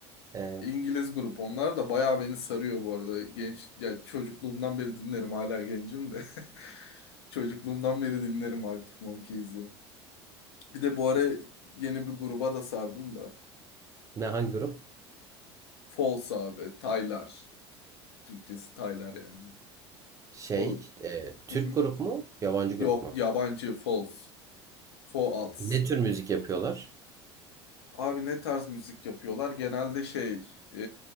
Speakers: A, on the right; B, on the left.
A: Evet.
B: İngiliz grup onlar da bayağı beni sarıyor bu arada. Genç, ya çocukluğumdan beri dinlerim hala gencim de. <laughs> Çocukluğumdan beri dinlerim Arctic Monkeys'i. Bir de bu ara yeni bir gruba da sardım da.
A: Ne hangi grup?
B: False abi. Taylar. Türkçesi Taylar yani.
A: Şey,
B: O
A: işte, e, Türk
B: <laughs>
A: grup mu? Yabancı
B: Yok
A: grup mu?
B: yabancı false. False.
A: Ne tür müzik yapıyorlar?
B: Abi ne tarz müzik yapıyorlar? Genelde şey e,